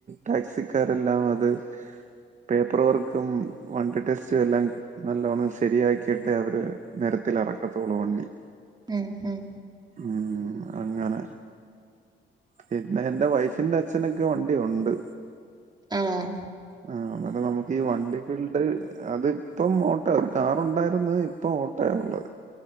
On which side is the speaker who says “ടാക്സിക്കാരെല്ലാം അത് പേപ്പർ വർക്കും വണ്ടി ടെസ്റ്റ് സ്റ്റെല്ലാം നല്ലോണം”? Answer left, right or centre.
Right